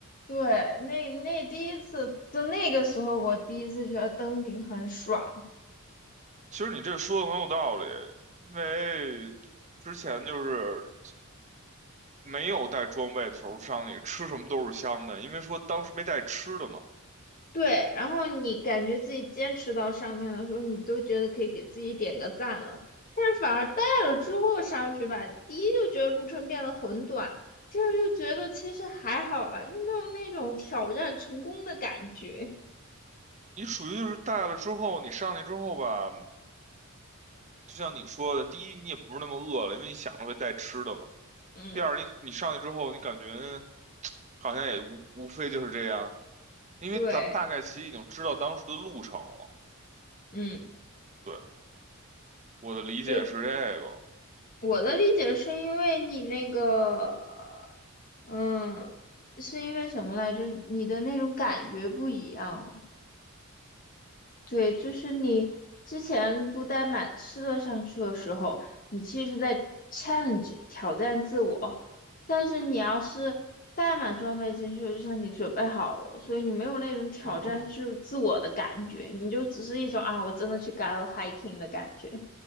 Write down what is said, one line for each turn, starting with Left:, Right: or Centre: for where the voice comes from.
Left: 对，那那第一次，就那个时候，我第一次觉得登顶很爽。
Right: 其实你这说的很有道理，因为之前就是没有带装备的时候，上去吃什么都是香的，因为说当时没带吃的嘛。
Left: 对，然后你感觉自己坚持到上面的时候，你都觉得可以给自己点个赞了。但是反而带了之后上去吧，第一就觉得路程变得很短，第二就觉得其实还好吧，就没有那种挑战成功的感觉。
Right: 你属于就是带了之后，你上去之后吧，就像你说的，第一你也不是那么饿了，因为你想着会带吃的嘛。
Left: 嗯，
Right: 第二，你你上去之后，你感觉。好像也无无非就是这样，因为咱们大概其实已经知道当时的路程了。
Left: 对，嗯，
Right: 对，我的理解是这个，
Left: 对。我的理解是因为你那个，嗯，是因为什么来着？你的那种感觉不一样哦对，就是你之前不带满吃的上去的时候，你其实是在 challenge 挑战自我，但是你要是带满装备进去，就像你准备好了，所以你没有那种挑战自自我的感觉，
Right: <laughs>
Left: 你就只是一种啊，我真的去 g o hiking 的感觉。